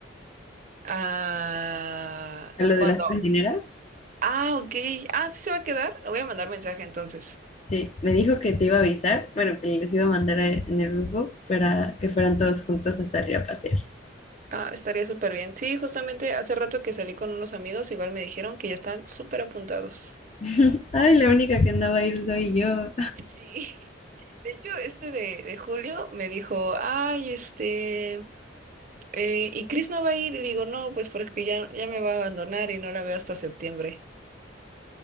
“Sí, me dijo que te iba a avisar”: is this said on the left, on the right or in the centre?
Left